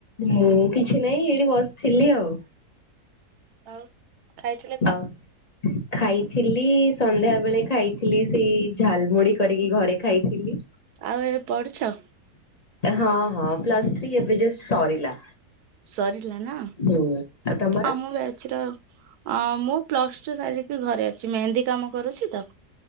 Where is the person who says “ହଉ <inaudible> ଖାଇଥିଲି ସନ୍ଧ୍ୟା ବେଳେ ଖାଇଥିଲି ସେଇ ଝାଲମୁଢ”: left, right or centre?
Left